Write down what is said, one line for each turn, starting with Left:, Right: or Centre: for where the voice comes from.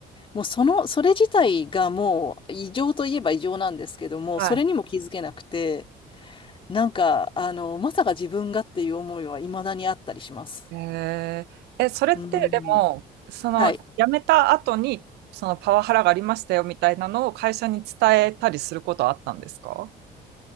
Left: もうそのそれ自体がもう異常といえば異常なんですけどもそれにも気づけなくて
Right: はい。
Left: なんかあのまさか自分がっていう思いは未だにあったりします。
Right: えー、え、それってでも、
Left: うん、
Right: その辞めた後に、
Left: はい
Right: そのパワハラがありましたよみたいなのを会社に伝えたりすることはあったんですか